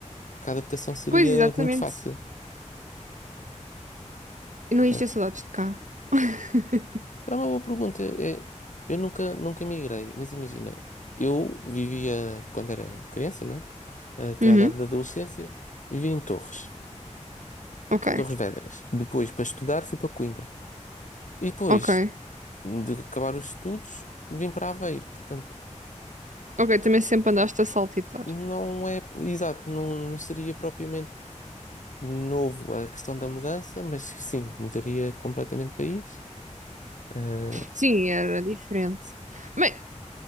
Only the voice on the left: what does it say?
porque a adaptação seria
muito fácil.
É.
É uma boa pergunta. É- eu nunca, nunca migrei, mas imagina, eu vivia, quando era criança, né? Até
à idade da adolescência, vivia em Torres,
Torres Vedras. Depois, para estudar, fui para Coimbra. E depois
de acabar os estudos, vim para Aveiro. Portanto,
não é, exato, não, não seria propriamente novo a questão da mudança, mas sim, mudaria completamente de país. Ah,